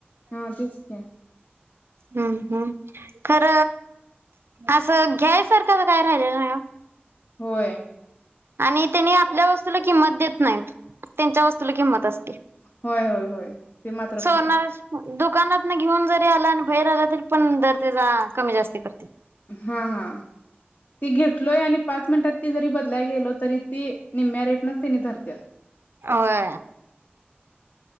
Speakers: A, on the left (about 60°); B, on the right (about 70°).
A: हा तेच की
B: हम्म हम् खर अस घ्यायसारख काय राहिलेल नयी ओ
A: होय.
B: आणि त्यांनी आपल्या वस्तूला किंमत देत नायत त्यांच्या वस्त तुल कीमत अस
A: होय होय होय ते मात्र
B: सोन
A: खरं
B: दुकानात ना घेऊन जरी आला बाहेर आला तरी पण दर त्याचा कमी जास्त करते
A: हा हा ती घेतलोय आणि पाच मिनटात ती जरी बदलायला गेलो तरी ती निम्म्या रेटनच त्यांनी धरत्यात
B: होय